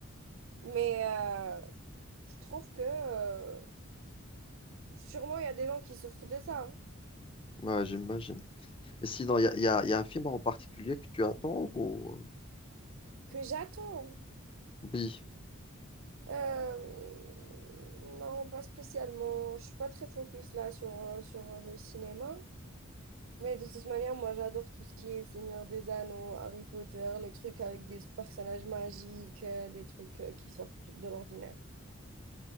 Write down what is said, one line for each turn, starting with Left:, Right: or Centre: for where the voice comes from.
Right: Mais euh, je trouve que euh, sûrement il y a des gens qui souffrent de ça, hein,
Left: Ouais, j'imagine. Et sinon, il y a, y a- y a un film en particulier que tu attends ou...
Right: que j'attends.
Left: Oui.
Right: Euh, non, pas spécialement. Je suis pas très focus là sur, euh, sur le cinéma. Mais de toute manière, moi j'adore tout ce qui est Seigneur des Anneaux, Harry Potter, les trucs avec des personnages magiques, euh, des trucs euh, qui sortent de l'ordinaire.